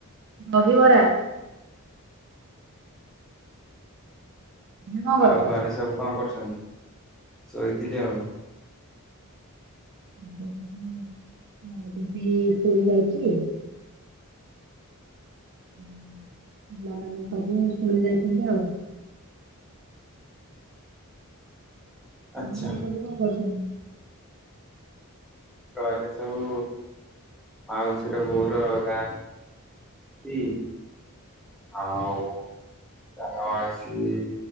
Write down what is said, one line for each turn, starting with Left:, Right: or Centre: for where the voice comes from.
Right: ଦହିବରା। ତମେ କଣ କରୁଛ?
Centre: ଆଉ ଘରେ ସବୁ କଣ କରୁଛନ୍ତି? ଶୋଇଥିଲି ଆଉ।
Right: <unintelligible> ମୋ ଦିଦି ସ୍କୁଲ୍ ଯାଇଛି ଓ ପିଲାମାନେ ସବୁ ସ୍କୁଲ ଯାଇଛନ୍ତି ଆଉ।
Centre: ଆଚ୍ଛା
Right: ତମ ଘରେ ସବୁ କଣ କରୁଛନ୍ତି?
Centre: ଘରେ ସବୁ ମାଉସୀର, ବୋଉର ଗାଁ <unintelligible> ଆଉ ସାନ ମାଉସୀ